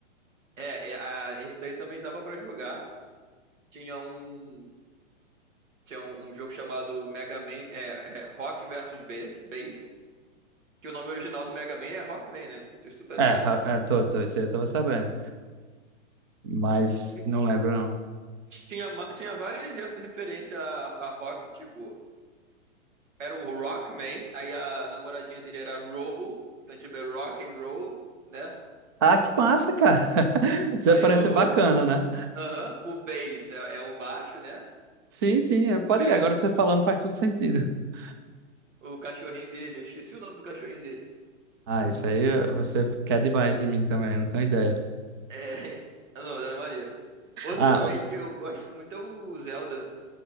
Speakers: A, on the right (about 75°); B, on the right (about 20°).
A: É, é, a- esse daí também dava pra jogar, tinha um tinha um, um jogo chamado Mega Man é, é, Rock versus Bass, Bass, que o nome original do Mega Man é Rockman, né? Não sei se tu tá
B: É,
A: ligado.
B: ra- é, tô, tô, isso aí eu tava sabendo. Mas
A: E
B: não lembro, não.
A: Tinha, ma- tinha várias ref- referências a, a rock, tipo, era o Rockman, aí a namoradinha dele era Roll, então tipo é Rock and Roll, né?
B: Ah, que massa, cara. <laughs> Essa
A: Aí
B: referência
A: o
B: é bacana, né?
A: aham, o Bass é, é o baixo, né?
B: Sim, sim, é, pode
A: Bass,
B: ir. Agora você falando faz tudo sentido. <laughs>
A: o cachorrinho dele, eu esqueci o nome do cachorrinho dele.
B: Ah, isso aí eh, você quer demais em mim também, não tenho ideia.
A: É, <laughs> ah, não, mas era maneiro. Outro
B: Ah,
A: também que eu gosto muito é o Zelda.